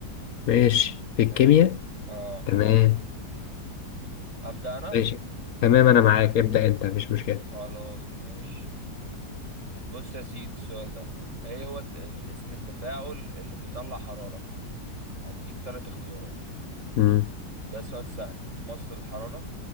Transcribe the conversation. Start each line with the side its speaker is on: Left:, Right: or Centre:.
Left: ماشي في الكيمياء
Right: ماشي اه
Left: تمام
Right: أبدأ أنا
Left: ماشي تمام أنا معاك ابدأ أنت مفيش مشكلة
Right: خلاص ماشي بص يا سيدي السؤال ده ايه هو الت- ال- اسم التفاعل اللي بيطلع حرارة هديك ثلاث اختيارات
Left: مم.
Right: ده سؤال سهل مصل الحرارة